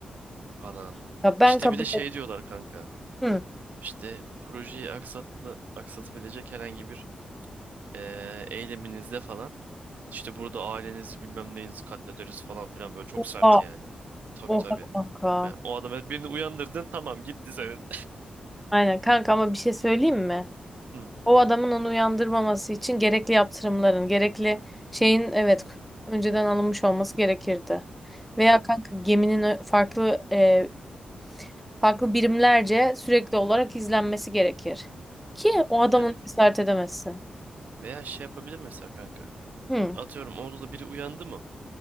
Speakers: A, on the right; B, in the centre.
A: falan.
B: Ya ben
A: İşte
B: kabul
A: bir de şey diyorlar kanka.
B: ettim.
A: İşte projeyi aksatlı, aksatabilecek herhangi bir eee, eyleminizde falan. İşte burada ailenizi bilmem neyinizi katlederiz falan filan böyle çok
B: Oha.
A: sert yani. Tabii
B: Oha
A: tabii.
B: kanka.
A: Ben, o adamı birini uyandırdın tamam gitti senin.
B: Aynen kanka ama bir şey söyleyeyim mi?
A: <laughs> Hı,
B: O adamın onu uyandırmaması için gerekli yaptırımların, gerekli şeyin evet önceden alınmış olması gerekirdi.
A: Yani
B: Veya kanka geminin ö- farklı e, farklı birimlerce sürekli olarak izlenmesi gerekir. Ki o adamın
A: yani
B: cesaret edemezsin.
A: veya şey yapabilir mesela kanka.
B: Hı.
A: Atıyorum oldu da biri uyandı mı?